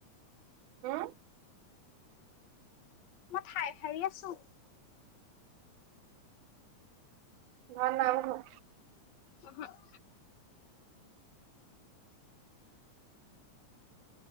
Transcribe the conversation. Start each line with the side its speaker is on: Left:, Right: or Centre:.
Right: হুম!
Left: মই ঠাই হাৰী আছো।
Right: ভাত নাই বনোৱা।
Left: উহু। <inaudible>